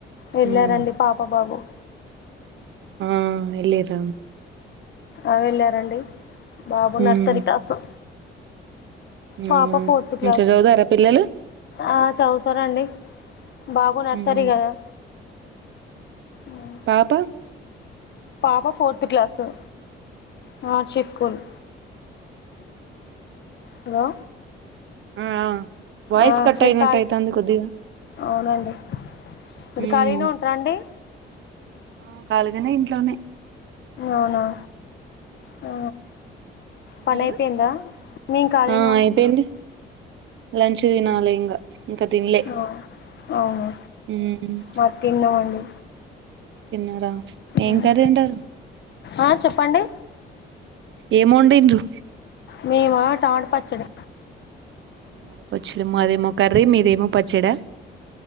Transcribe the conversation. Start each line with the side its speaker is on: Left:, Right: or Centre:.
Left: వెళ్ళారండి
Right: ఉమ్
Left: పాప బాబు
Right: ఆ ఎల్లిన్ర
Left: అగల రండి బాబు నర్సరీ
Right: ఉమ్
Left: క్లాసు
Right: అవునా
Left: పాప ఫోర్త్ క్లాస్
Right: మంచిగ చదువుతారా పిల్లలు
Left: ఆ చదువుతారండి బాబు నర్సరీ
Right: ఉమ్
Left: కదా ఉమ్.
Right: పాప
Left: పాప fourth class Maharshi school hello
Right: ఆ ఆ వాయిస్
Left: ఆ
Right: కట్
Left: మీరు
Right: అయినట్టు
Left: ఖాళీ
Right: అయితాంది కొద్దిగా
Left: అవునండి మీరు
Right: ఉమ్
Left: ఖాళీనే ఉంటారండి
Right: ఆ ఖలిగానే ఇంట్లోనే
Left: అవునా ఆ పని
Right: మీరు
Left: అయిపోయిందా మేము ఖాళీనే
Right: ఆ
Left: ఉంటాం
Right: అయిపోయింది లంచ్ తినాలి ఇంగా ఇంకా తినలే
Left: ఆ అవును
Right: ఉమ్
Left: మరీతిన్నమండి
Right: తిన్నార ఏం
Left: ఉమ్.
Right: కర్రీ వండారూ
Left: ఆ చెప్పండి
Right: ఏం వండిండ్రు
Left: మేమా టమాటపచ్చడీ
Right: టమాట పచ్చడ మాదేమో కర్రీ మీదేమో పచ్చడ